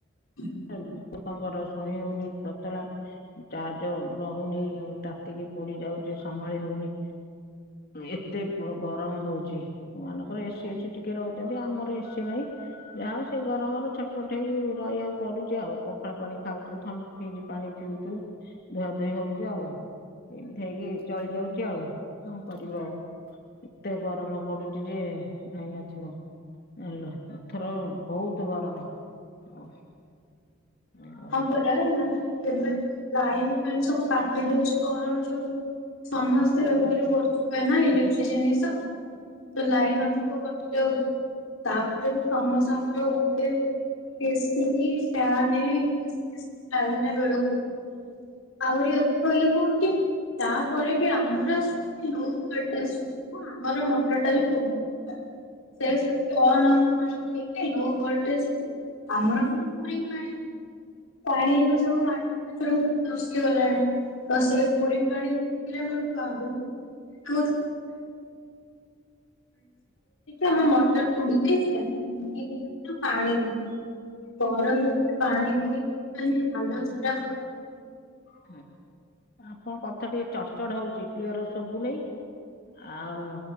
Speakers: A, on the left; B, on the left.
A: ହୁଁ
B: ଲୋକଙ୍କର ସହି ହଉନି ତତଲା। ଚାର୍ଜ ରହୁନି ତାତିକି ପୋଡି ଯାଉଛି ସମ୍ଭାଳି ହଉନି। ଏତେ ଗରମ ହଉଛି। ଯୋଉ ମାନଙ୍କର ଏସିି ଅଛି ଟିକେ ରହୁଛନ୍ତି ଆମର ଏସି ନାହିଁ। ଯା ହଉ ସେ ଗରମରେ ଛଟପଟ ହେଇ ରଇବାକୁ ପଡୁଚୁ ଆଉ, ପଖାଳ ପାଣି ଖାଉଛୁ, ଥନ୍ ଫ୍ରିଜ୍ ପାଣି ପିଉଛୁ, ଧୁଆଧୋଇ ହଉଚୁ ଆଉ। ଏମିତି ହେଇକି ଚଳି ଯାଉଚି ଆଉ କଣ କରିବୁ ଆଉ। ଏତେ ଗରମ ପଡୁଚି ଯେ ଭାଇନଥିବ। ହେଲା, ଏଥର ବହୁତ ଗରମ ହଁ। ହୁଁ
A: ହଁ ପରା‌ <unintelligible> ଲାଇନ ଫାଇନ୍ ସବୁ କାଟି ଦଉଛି ଗରମ ଯୋଗୁ। ସମସ୍ତେ
B: ହଁ
A: ବ୍ୟବହାର କରୁଛନ୍ତି ନା ଇଲେକ୍ଟ୍ରି ଜିନିଷ। ତ ଲାଇନ ଅଧିକ କଟିଯାଉଛି। ତାପରେ ସମସ୍ତଙ୍କ ଘରେ <unintelligible> ଏସି ଫ୍ୟାନେ ଲାଗିଲା ବେଳକୁ ଆହୁରି ଅଧିକ ଇଏ ହୋଉଛି। ତାପରେ ବି ଆମର ସେ <inaudible> ଆମର ମଟରଟା ବି <inaudible> ଥିଲା। ସେ <unintelligible> ଲୋ ଭୋଲଟେଜକୁ ଆମର ଫୁଣି ବୋରିଙ୍ଗ ପାଣି। ପାଣି ଏତେ ସମୟ ମାର୍ <inaudible> ଧସିଗଲାଣି ତ ସେ ବୋରିଙ୍ଗ ପାଣି ଉଠିଲା ବେଳକୁ ଆଗରୁ <unintelligible> <inaudible> ଆମ ମଟର ପୋଡ଼ିଯାଇଛି ଆମର ତିନି ଦିନ ପ ପାଣି, ଗରମ ଦିନରେ ପାଣି ବୋହିକି ଖାଲି ହାଲତ ପୁରା ଖରାପ।
B: ହୁଁ, ଆପଣଙ୍କ କଥା ଟିକେ ଚଡଚଡ୍ ହଉଛି କ୍ଲିୟର ଶୁଭୁ ନେଇ ଆଉ